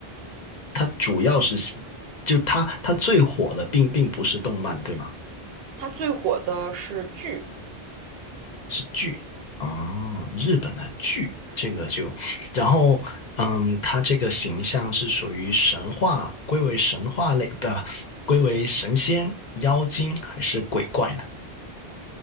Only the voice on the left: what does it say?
它主要是就它它最火的并并不是动漫，对吗？
是剧啊，日本的剧，这个就，然后嗯，它这个形象是属于神话，归为神话类，不，归为神仙、妖精还是鬼怪呢？